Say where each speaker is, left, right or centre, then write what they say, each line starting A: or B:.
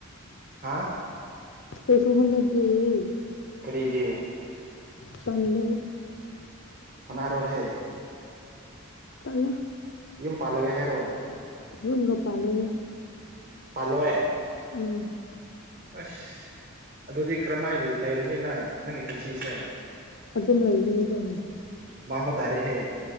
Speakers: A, on the right; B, on the left.
A: ꯍꯥꯥ
B: ꯀꯩꯁꯨ ꯍꯣꯠꯅꯗꯤꯌꯦ
A: ꯀꯔꯤꯒꯤ
B: ꯇꯟꯕꯒꯤ
A: ꯍꯣꯠꯅꯥꯔꯣꯍꯦ
B: ꯇꯜꯂꯦ
A: ꯌꯨꯝ ꯄꯥꯜꯂꯒꯦ ꯍꯥꯏꯔꯣ
B: ꯌꯨꯨꯝꯒ ꯄꯥꯂꯣꯏꯗꯥ
A: ꯄꯥꯜꯂꯣꯏ
B: ꯎꯝ
A: ꯑꯁ ꯑꯗꯨꯗꯤ ꯀꯔꯝꯃꯥꯏ ꯂꯩꯔꯅꯤꯅ ꯅꯪꯒꯤ ꯄꯨꯟꯁꯤꯁꯦ
B: ꯑꯗꯨꯝ ꯂꯩꯒꯅꯤ ꯀꯩꯅꯣ
A: ꯃꯥꯡꯕ ꯇꯥꯔꯦꯍꯦ